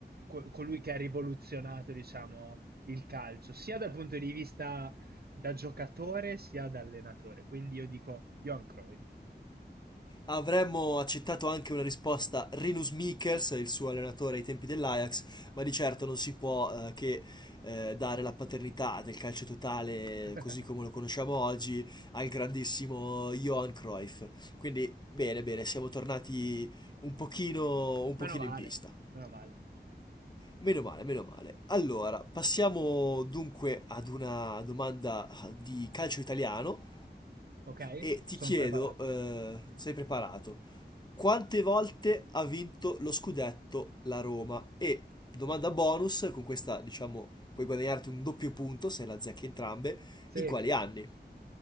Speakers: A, on the right (about 60°); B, on the left (about 25°).
A: co- colui che ha rivoluzionato, diciamo, il calcio, sia dal punto di vista da giocatore sia da allenatore. Quindi io dico Johan Cruyff.
B: Avremmo accettato anche una risposta Rinus Michels, il suo allenatore ai tempi dell'Ajax, ma di certo non si può eh, che eh, dare la paternità del calcio totale
A: <laughs>
B: così come lo conosciamo oggi al grandissimo Johan Cruyff. Quindi bene, bene, siamo tornati un pochino, un pochino
A: Meno male,
B: in pista.
A: meno male.
B: Meno male, meno male. Allora, passiamo dunque ad una domanda di calcio italiano
A: Ok?
B: e
A: Sono
B: ti chiedo,
A: preparato.
B: eh, sei preparato, quante volte ha vinto lo scudetto la Roma? E domanda bonus, con questa diciamo puoi guadagnarti un doppio punto se la azzecchi entrambe,
A: Sì.
B: in quali anni?